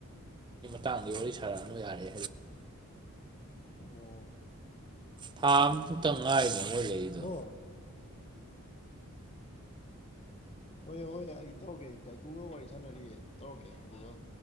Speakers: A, on the right; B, on the left.
A: ꯇ ꯑꯣꯏꯔꯤ ꯁꯔꯅ ꯌꯥꯔꯦ
B: ꯑꯣ
A: ꯊꯥ ꯑꯃꯐꯨꯛꯇ ꯉꯥꯏꯅꯦ ꯃꯣꯏ ꯂꯩꯔꯤꯗꯣ
B: ꯍꯜꯂꯣ ꯍꯣꯏ ꯍꯣꯏ ꯑꯩ ꯇꯧꯔꯛꯀꯦ ꯑꯩ ꯇꯥꯏꯀꯨꯒ ꯋꯥꯔꯤ ꯁꯥꯟꯅꯔꯤꯌꯦ ꯇꯧꯔꯛꯀꯦ ꯑꯗꯨꯒ